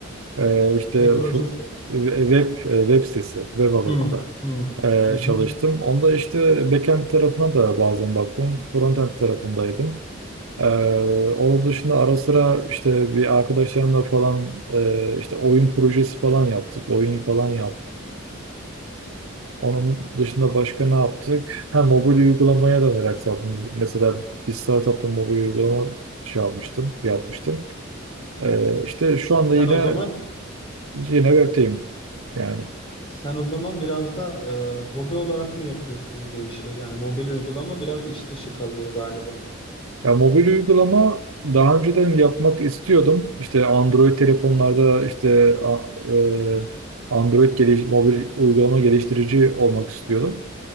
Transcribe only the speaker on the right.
Ee, işte
fu- web e, web sitesi, web alanında
ee,
çalıştım. Onda işte backend tarafına da bazen baktım. Frontend tarafındaydım. Ee, onun dışında ara sıra işte bir arkadaşlarımla falan e, işte oyun projesi falan yaptık. Oyun falan yaptık. Onun dışında başka ne yaptık? Ha, mobil uygulamaya da merak saldım. Mesela bir startupta mobil uygulama şey yapmıştım, yapmıştım. Ee, işte şu anda
yine
yine web'teyim. Yani
ya mobil uygulama daha önceden yapmak istiyordum. İşte Android telefonlarda işte a- e, Android geliş, mobil uygulama geliştirici olmak istiyordum.